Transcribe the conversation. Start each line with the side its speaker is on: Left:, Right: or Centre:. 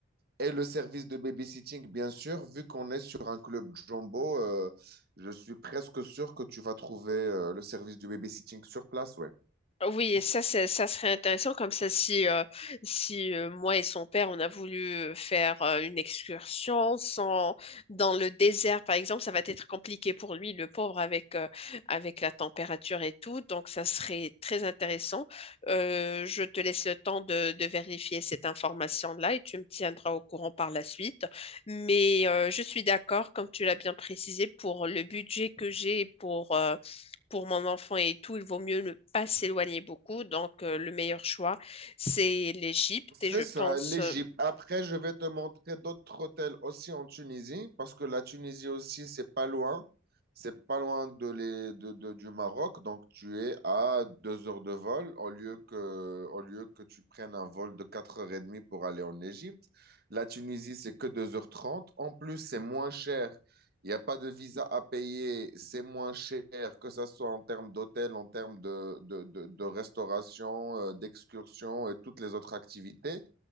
Right: Et le service de babysitting, bien sûr, vu qu'on est sur un club jumbo, euh, je suis presque sûr que tu vas trouver euh, le service du babysitting sur place, ouais.
Left: Oui, et ça, c'est- ça serait intéressant comme ça si, euh, si euh, moi et son père, on a voulu euh, faire euh, une excursion sans, dans le désert, par exemple, ça va être compliqué pour lui, le pauvre, avec, euh, avec la température et tout. Donc, ça serait très intéressant. Euh, je te laisse le temps de, de vérifier cette information-là et tu me tiendras au courant par la suite. Mais euh, je suis d'accord, comme tu l'as bien précisé, pour le budget que j'ai pour... euh, pour mon enfant et tout, il vaut mieux ne pas s'éloigner beaucoup. Donc, euh, le meilleur choix, c'est l'Égypte.
Right: C'est
Left: Et je
Right: ça,
Left: pense.
Right: l'Égypte.
Left: euh,
Right: Après, je vais te montrer d'autres hôtels aussi en Tunisie, parce que la Tunisie aussi, c'est pas loin. C'est pas loin de les, de, de- du Maroc, donc tu es à deux heures de vol au lieu que, au lieu que tu prennes un vol de 4h30 pour aller en Égypte. La Tunisie, c'est que deux heures trente. En plus, c'est moins cher Il n'y a pas de visa à payer, c'est moins cher, que ce soit en termes d'hôtel, en termes de, de, de- de restauration, euh, d'excursion et toutes les autres activités.